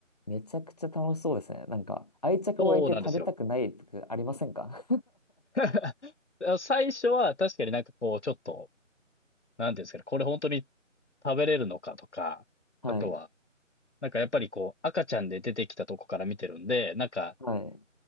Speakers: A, on the left; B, on the left.
A: めちゃくちゃ楽しそうですね。なんか、愛着湧いて食べたくないとかありませんか
B: そうなんですよ。<laughs> 最初は確かになんかこう、ちょっと、なんていうんですかね、これ本当に食べれるのかとか、
A: <laughs> はい。
B: あとは、なんかやっぱりこう、赤ちゃんで出てきたとこから見てるんで、なんか、
A: はい。